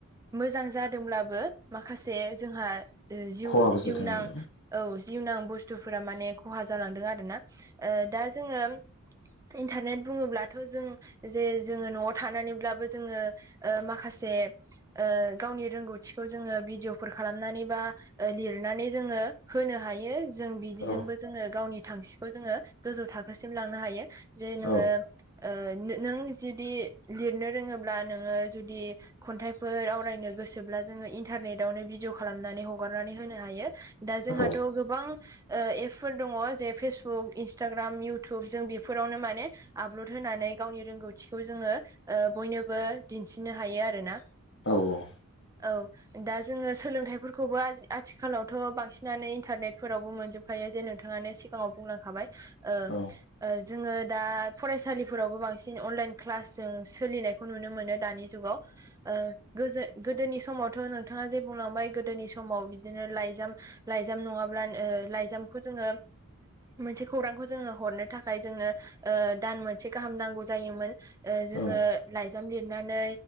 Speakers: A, on the right; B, on the left.
A: मोजां जादोंब्लाबो माखासे जोंहा जिउ-
B: खहाबो जादों
A: जिउनां
B: आरो
A: औ जिउनां बुस्थुफोरा माने खहा जालांदों आरो ना ओ दा जोङो इन्थारनेट बुङोब्लाथ' जों जे जोङो न'आव थानानैब्लाबो जोङो ओ माखासे ओ गावनि रोंगौथिखौ जोङो भिडिअ'फोर खालामनानै बा लिरनानै जोङो होनो हायो‌। जों बिदिजोंबो
B: औ
A: जोङो गावनि थांखिखौ जोङो गोजौ थाखोसिम लांनो हायो। जे जोङो
B: औ
A: ओ नों जुदि लिरनो रोङोब्ला नोङो जुदि खन्थाइ फोर आवरायनो गोसोब्ला जोङो इन्टारनेटआवनो भिडिअ खालामनानै हगारनानै होनो हायो। दा जोंहाथ'
B: औ
A: गोबां ओ एपफोर दङ जे फेसबुक इन्सटाग्राम इयउटुब जों बेफोरावनो माने आपलड होनानै गावनि रोंगौथिखौ जोङो ओ बयनोबो दिन्थिनो हायो आरोना
B: औ औ
A: औ दा जोङो सोलोंथाइफोरखौबो आज आथिखालावथ' बांसिनानो इन्थारनेटफोरावबो मोनजोब खायो जे नोंथाङानो सिगाङाव बुंलांखाबाय ओ
B: औ
A: ओ जोङो दा फरायसालिफोरावबो बांसिन अनलाइन क्लास जों सोलिनायखौ नुनो मोनो दानि जुगाव ओ <unintelligible> गोदोनि समावथ' नोंथाङा जे बुंलांबाय गोदोनि समाव बिदिनो लाइजाम लाइजाम नङाब्ला ओ लाइजामखौ जोङो मोनसे खौरांखौ जोङो हरनो थाखाय जोंनो ओ दान मोनसे गाहाम नांगौ जायोमोन।
B: औ
A: जोङो लाइजाम लिरनानै